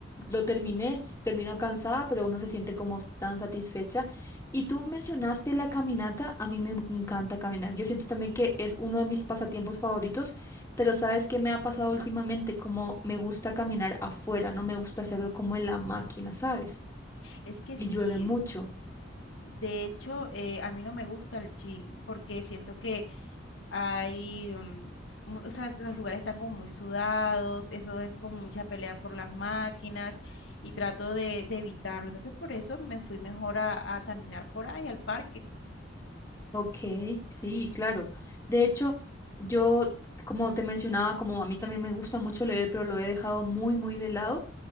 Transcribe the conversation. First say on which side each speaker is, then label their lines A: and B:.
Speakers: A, on the left; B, on the left.
A: lo terminé, s- termino cansada, pero uno se siente como tan satisfecha. Y tú mencionaste la caminata, a mí me encanta caminar. Yo siento también que es uno de mis pasatiempos favoritos, pero ¿sabes qué me ha pasado últimamente? Como me gusta caminar afuera, no me gusta hacerlo como en la máquina, ¿sabes?
B: Es que
A: Y
B: sí,
A: llueve mucho.
B: de hecho, eh, a mí no me gusta el gym porque siento que Hay, mm, mu- o sea, los lugares están como muy sudados, eso es como mucha pelea por las máquinas y trato de, de evitarlo. Entonces, por eso me fui mejor a, a caminar por ahí al parque.
A: Ok, sí, claro. De hecho, yo, como te mencionaba, como a mí también me gusta mucho leer, pero lo he dejado muy, muy de lado.